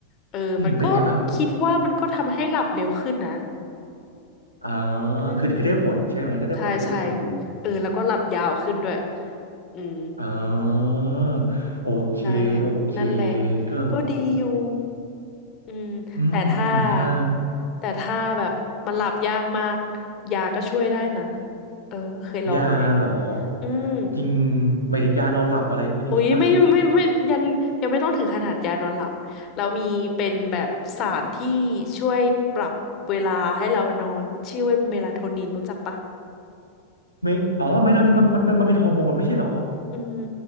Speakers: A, on the left; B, on the right.
A: เออมันก็คิดว่ามันก็ทำให้หลับเร็วขึ้นนะ
B: อืมเป็นไงบ้างอ่า
A: อืม
B: คือคือได้ผลใช่ไหม ถ้าได้ผลเราจะไปทำดู
A: ใช่ใช่เออแล้วก็หลับยาวขึ้นด้วยอืม
B: อ่าโอเค
A: ได้แหละนั่นแหละ
B: โอเคเออ
A: ก็ดีอยู่อืมแต่ถ้า
B: อืมอืมถ้า
A: แต่ถ้าแบบมันหลับยากมากยาก็ช่วยได้นะ เออเคยลองไหม
B: ยาเหรอ
A: อืม
B: จริงหมายถึงยานอนหลับอะไรพวกนี้ใช่ปะ
A: อุ๊ยไม่ไม่ไม่ยังยังไม่ต้องถึงขนาดยานอนหลับแล้วมีเป็นแบบสารที่ช่วยปรับเวลาให้เรานอนชื่อว่าเมลาโทนินรู้จักปะ
B: ไม่อ๋อไม่เท่านี้มันมันเป็นมันเป็นฮอร์โมนไม่ใช่เหรอ
A: อืม